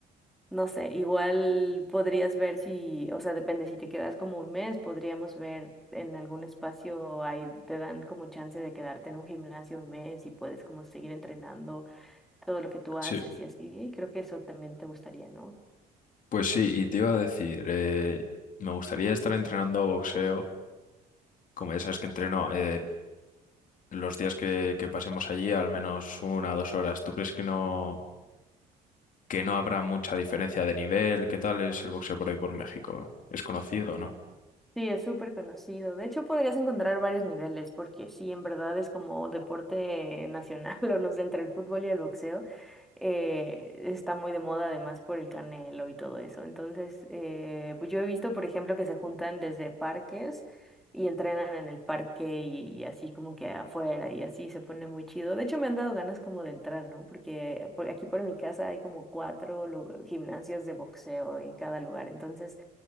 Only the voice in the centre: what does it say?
no sé, igual podrías ver si, o sea, depende, si te quedas como un mes, podríamos ver en algún espacio, ahí te dan como chance de quedarte en un gimnasio un mes y puedes como seguir entrenando todo lo que tú haces
y así. Creo que eso también te gustaría, ¿no?
Sí, es súper conocido. De hecho, podrías encontrar varios niveles, porque sí, en verdad es como deporte nacional, <laughs> o no sé, entre el fútbol y el boxeo. eh, está muy de moda además por el Canelo y todo eso. Entonces, eh, pues yo he visto, por ejemplo, que se juntan desde parques y entrenan en el parque y, así como que afuera y así se pone muy chido. De hecho, me han dado ganas como de entrar, ¿no? Porque por- aquí por mi casa hay como cuatro lu- gimnasios de boxeo en cada lugar. Entonces...